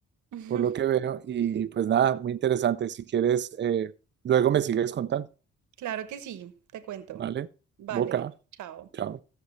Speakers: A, on the right (about 75°); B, on the right (about 40°).
A: <laughs>
B: por lo que veo. Y pues nada, muy interesante. Si quieres, eh, luego me sigues contando.
A: Claro que sí, te cuento.
B: ¿Vale?
A: Vale,
B: Boca.
A: chao.
B: Chao.